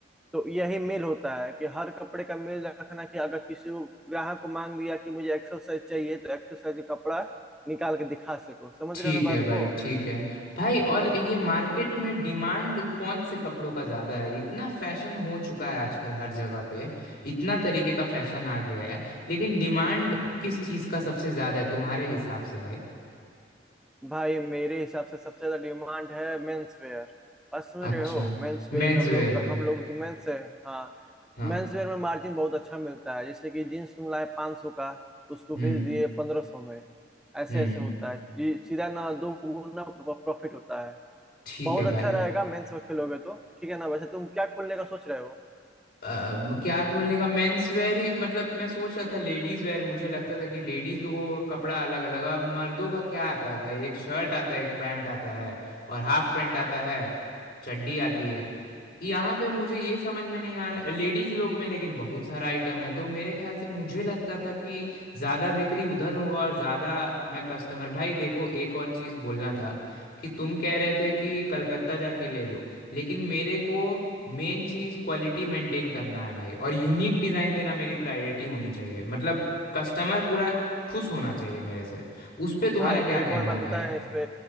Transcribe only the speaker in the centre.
तो यही मेल होता है कि हर कपड़े का मेल रखना कि अगर किसी को- ग्राहक को मांग दिया कि मुझे एक्सल साइज चाहिए तो एक्सल साइज का कपड़ा निकाल के दिखा सको समझ
रहे हो ना बात
को
हाँ।
भाई मेरे हिसाब से सबसे ज्यादा डिमांड है मेंस वेयर बात समझ
रहे हो मेंस
वेयर हम
लोग का
हम लोग तो मेंस है हाँ
मेंस वेयर में मार्जिन बहुत अच्छा मिलता है जैसे कि जीन्स तुम लाए 500 सौ का उसको
भेज दिए पंद्रह सौ में ऐसे
ऐसे होता है जी सीधा ना दो गुना प्रॉफिट होता है
बहुत
अच्छा
रहेगा मेंस वेयर खोलोगे तो ठीक है ना वैसे तुम क्या खोलने का सोच रहे हो
भाई
एक
और बात
बताएं इस पे